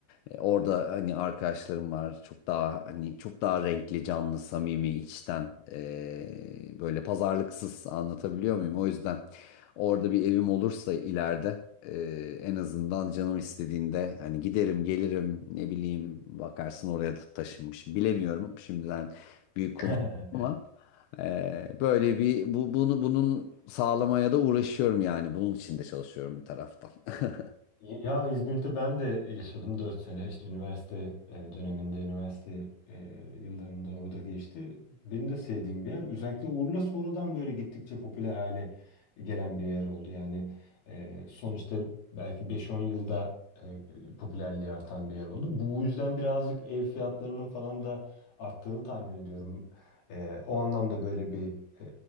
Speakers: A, on the left (about 75°); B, on the left (about 60°).
A: E, Orada hani arkadaşlarım var. Çok daha hani çok daha renkli, canlı, samimi, içten e, böyle pazarlıksız anlatabiliyor muyum? O yüzden orada bir evim olursa ileride e, en azından canım istediğinde hani giderim, gelirim, ne bileyim bakarsın oraya da taşınmış. Bilemiyorum. Şimdiden büyük konuş
B: <laughs>
A: ama e, böyle bir bu bunu bunun sağlamaya da uğraşıyorum yani. Bunun için de çalışıyorum bir taraftan. <laughs>
B: Ya İzmir'de ben de yaşadım 4 sene. İşte üniversite e, döneminde, üniversite e, yıllarımda orada geçti. Benim de sevdiğim bir yer. Özellikle Urla sonradan böyle gittikçe popüler hale gelen bir yer oldu. Yani e, sonuçta belki beş-on yılda e, popülerliği artan bir yer oldu. Bu, bu yüzden birazcık ev fiyatlarının falan da arttığını tahmin ediyorum. E, o anlamda böyle bir e,